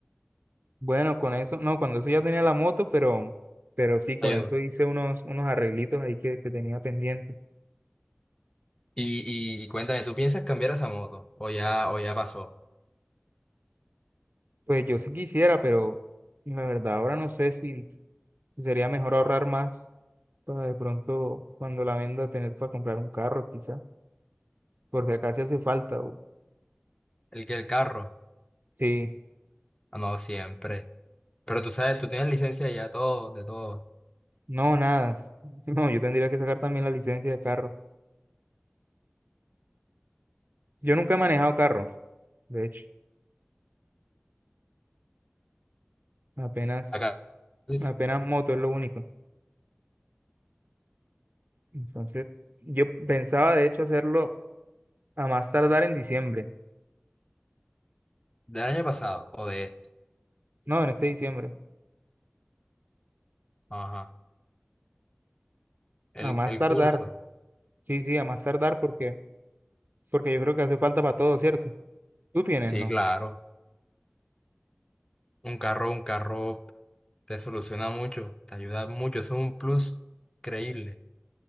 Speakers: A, on the right; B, on the left.
A: Bueno, con eso, no, cuando eso ya tenía la moto, pero, pero sí, con
B: Ayudo.
A: eso hice unos, unos arreglitos ahí que, que tenía pendiente.
B: Y, y, y cuéntame, ¿tú piensas cambiar esa moto? ¿O ya, o ya pasó?
A: Pues yo sí quisiera, pero la verdad ahora no sé si si sería mejor ahorrar más para de pronto cuando la venda tener para comprar un carro, quizá, porque acá sí hace falta. o-
B: ¿El que el carro?
A: Sí,
B: Ah, no, siempre. Pero tú sabes, tú tienes licencia ya todo, de todo.
A: no, nada. <laughs> No, yo tendría que sacar también la licencia de carro. Yo nunca he manejado carro, de hecho. Apenas,
B: Acá, del
A: apenas moto es lo único. Entonces, yo pensaba de hecho hacerlo a más tardar en diciembre.
B: año pasado o de este.
A: No, en este diciembre.
B: Ajá. El,
A: A más
B: el
A: tardar.
B: curso.
A: Sí, sí, a más tardar porque, porque yo creo que hace falta para todo, ¿cierto? Tú tienes,
B: Sí,
A: ¿no?
B: claro. Un carro, un carro te soluciona mucho, te ayuda mucho, eso es un plus creíble.